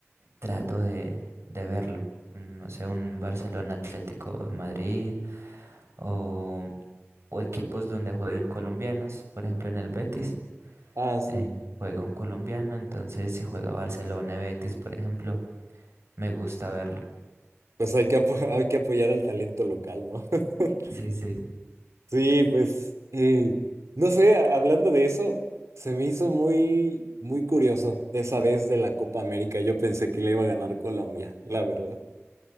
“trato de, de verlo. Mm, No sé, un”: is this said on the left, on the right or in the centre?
Right